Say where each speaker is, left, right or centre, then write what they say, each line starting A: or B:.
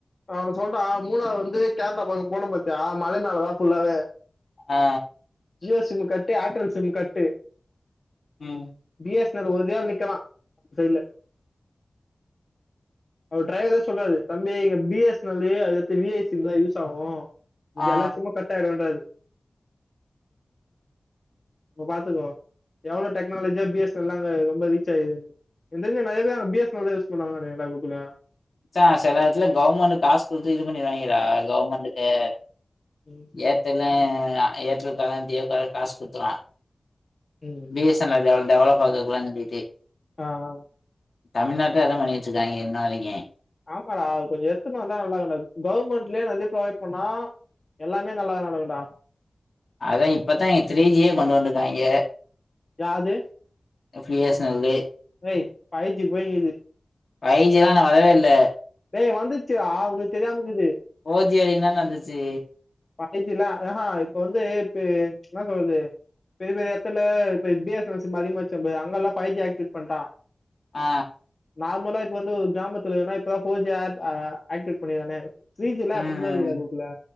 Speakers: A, on the left; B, on the left.
A: நா ஒன்னு சொல்ட்டா மூணார் வந்துக் கேரளா பக்க போனோ பாத்தியா மலை மேலதா ஃபுல்லாவே
B: ஆ
A: ஜியோ சிம்மு கட்டு ஆட்ரல் சிம் கட்டு
B: ம்
A: B S N L original நிக்கலா சைட்ல அவர் டிரைவரே சொல்றாரு தம்பி இங்க பி எஸ் என் எல்லு அதுகத்து வி ஐ சிம் தா யூஸ் ஆவு மீதி
B: ஆ
A: எல்லா சிம்மும் கட்டாய்டுன்றாரு அப்ப பாத்துக்கோ எவ்ளோ டெக்னாலஜியா பி எஸ் என் எல்லா அங்க ரொம்ப ரீச் ஆயி எனக் தெரிஞ் நறைய பேரு அங்க பி எஸ் என் எல் தா யூஸ் பண்றாங்கன்னு நெனக்கிற கோகுலு
B: மச்சா செல எடத்துல கவுர்மெண்டு காஸ் குடுத்து இது பண்ணிருவாய்ங்கடா கவுர்மெண்ட்டுக்கு
A: ம்,
B: ஏர் டெலு ஏர்டெல்கார ஜியோக்கார காஸ் குத்துருவா
A: ம்
B: பி எஸ் என் எல் எவ்ள டெவலப் ஆகுக்லான்னு டீட்டெயி
A: ஆ ஆ
B: தமிழ்நாட்ல அதா பண்ணி வச்சிருக்காய்ங்க இன்ன வரைக்கு
A: ஆமாடா அது கொஞ்ச எட்த்துன்னு வந்தா நல்லாருக்கும்டா கவுர்மெண்ட்லயே நறைய ப்ரொவைட் பண்ணா எல்லாமே நல்லா நடக்குன்டா
B: அதா இப்பதா இங்க த்ரீஜியேக் கொண்டு வந்துருக்காய்ங்க
A: யாது ஏய் ஃபைவ்வீஸயிச்சிப்ஜஜஜ.
B: பி எஸ்
A: ஸஸஸஸஸஸஸஸஸஸஸஸஸஸ
B: என் எல்லு
A: ஸ்பெண்ட் வ்ஸஸஸஸ. ஷௌகபோய்க்கிது
B: ஃபைஜிலா இன்னு வரவேல்ல
A: டேய் வந்துச்சுரா உனக்குத் தெரியாமக்குது
B: ஃபோர்ஜீ வரைக்கு தான்டா இருந்துச்சு
A: ஃபைஜிலா ஆஹ இப்போ வந்து இப்ப என்ன சொல்றது பெரிய பெரி எடத்துல இப்ப B S N L sim அதிக்மாச்சிம்ப அங்கலா ஃபைஜி ஆக்டிவேட் பண்ட்டா
B: ஆ
A: நார்மலா இப்போ வந்து ஒரு கிராமத்துல ஏனா இப்பதா ஃபோர்ஜீ ஆட் ஆ ஆக்டிவேட் பண்ணிக்கிறாங்க த்ரீஜிலா
B: ம் ம்
A: அப்பதிலேந்துருக்குடா கோகுலு